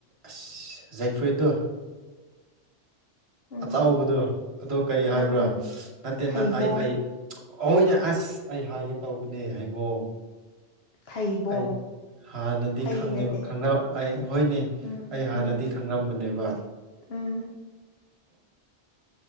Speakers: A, on the right; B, on the left.
A: ꯑꯁ ꯖꯦꯛ ꯐ꯭ꯔꯨꯏꯠꯗꯣ
B: ꯎꯝ
A: ꯑꯆꯥꯎꯕꯗꯣ ꯑꯗꯨ ꯀꯩ ꯍꯥꯏꯕ꯭ꯔꯥ
B: ꯎꯝ ꯎꯝ
A: ꯅꯠꯇꯦ
B: ꯊꯩꯕꯣꯡ
A: ꯅ ꯑꯥꯏ ꯑꯥꯏ <unintelligible> ꯍꯣꯏꯅꯦ ꯑꯁ ꯑꯩ ꯍꯥꯏꯒꯦ ꯇꯧꯕꯅꯦ ꯍꯩꯕꯣꯡ
B: ꯊꯩꯕꯣꯡ
A: ꯑꯩ ꯍꯥꯟꯅꯗꯤ
B: ꯍꯩ
A: ꯈꯪꯉꯦꯕ
B: ꯅꯠꯇꯦ
A: ꯈꯪꯔꯝ ꯑꯩ ꯍꯣꯏꯅꯦ
B: ꯎꯝ
A: ꯑꯩ
B: ꯎꯝ
A: ꯍꯥꯟꯅꯗꯤ ꯈꯪꯔꯝꯕꯅꯦꯕꯥ
B: ꯎꯝ
A: <unintelligible>